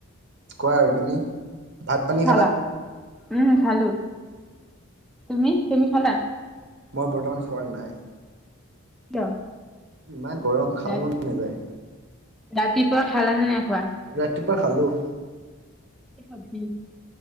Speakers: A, on the right; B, in the centre.
A: কোৱা আৰু তুমি। ভাত
B: কি
A: পানী
B: খালা? উম খালো। তুমি তুমি খালা?
A: মই বৰ্তমান খোৱা নাই।
B: কিয়?
A: ইমান গৰম। খাব
B: ৰা
A: মন নাযায়
B: ৰাতিপুৱা খালা নে নাইখোৱা?
A: ৰাতিপুৱা খালো।
B: কি চবজি?